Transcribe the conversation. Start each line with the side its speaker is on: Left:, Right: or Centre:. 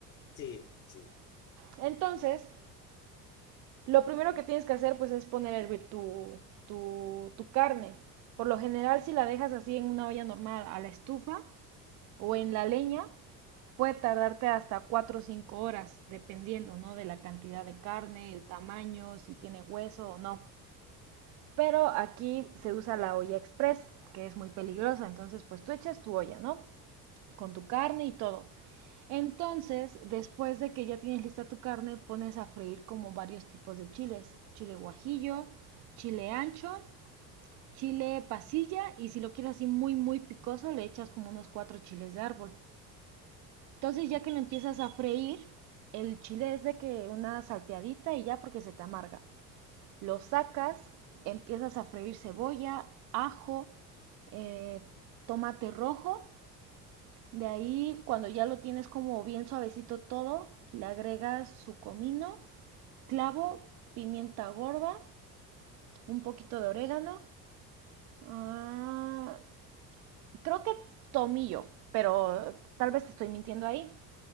Left: sí, sí.
Right: Entonces, Lo primero que tienes que hacer pues es poner a hervir tu, tu, tu carne. Por lo general si la dejas así en una olla normal a la estufa o en la leña, puede tardarte hasta 4 o 5 horas, dependiendo, ¿no? de la cantidad de carne, el tamaño, si tiene hueso o no. Pero aquí se usa la olla express, que es muy peligrosa. Entonces, pues tú echas tu olla, ¿no? Con tu carne y todo. Entonces, después de que ya tienes lista tu carne, pones a freír como varios tipos de chiles. Chile guajillo, chile ancho, chile pasilla y si lo quieres así muy, muy picoso, le echas como unos cuatro chiles de árbol. Entonces, ya que lo empiezas
Left: Sí.
Right: a freír, el chile es de que una salteadita y ya porque se te amarga. Lo sacas, empiezas a freír cebolla, ajo, eh, tomate rojo. De ahí, cuando ya lo tienes como bien suavecito todo, le agregas su comino, clavo, pimienta gorda, un poquito de orégano. ah, creo que tomillo, pero tal vez estoy mintiendo ahí.